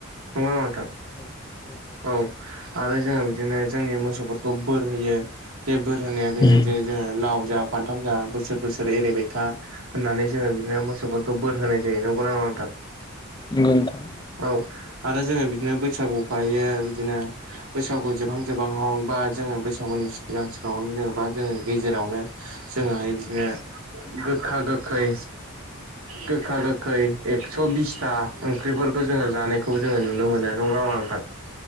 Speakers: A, on the right (about 80°); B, on the left (about 20°).
A: नंगौना नङा नोंथां? औ आरो जोङो बिदिनो जोंनि मोसौफोरखौ बोर होयो। जे बोर होनाया बेनो
B: औ
A: जे जोंहा लाव जा फानथाम जा बोसोर बोसोर एरायबाय था होननानै जोङो बिदिनो मोसौफोरखौ बोर होनाय जायो। नंगौना नङा नोंथां? <inaudible>
B: नोंगौ नोंथां।
A: औ आरो जोङो बिदिनो बैसागुखौ हायो बिदिनो बैसागु जोबहां जोबहाङाव बा जोङो बैसागु नि सिगां सिगाङावनो जेनेबा जोङो गेजेरावनो जोङोहाय बिदिनो गोखा गोखै गोखा गोखै एक्स' बिसथा ओंख्रिफोरखौ जोङो जानायखौबो जोङो नुनो मोनो। नोंगौ ना नङा नोंथां?